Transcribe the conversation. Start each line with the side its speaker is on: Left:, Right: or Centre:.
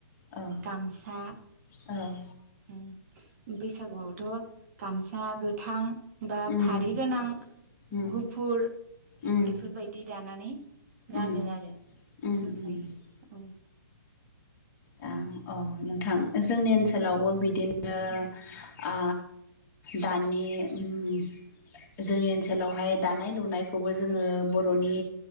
Left: औ
Right: गामसा
Left: औ।
Right: उम बैसागुआवथ' गामसा गोथां बा
Left: उम
Right: फारि गोनां
Left: उम
Right: गुफुर
Left: उम
Right: इफोरबायदि दानानै गानो
Left: उम उम
Right: आरो
Left: उम
Right: मोसायो
Left: उम दा अह नोंथां जोंनि ओनसोलावबो
Right: औ
Left: बिदिनो
Right: औ
Left: आ दानि उम जोंनि ओनसोलावहाय दानाय लुनायखौबो जोङो बर'नि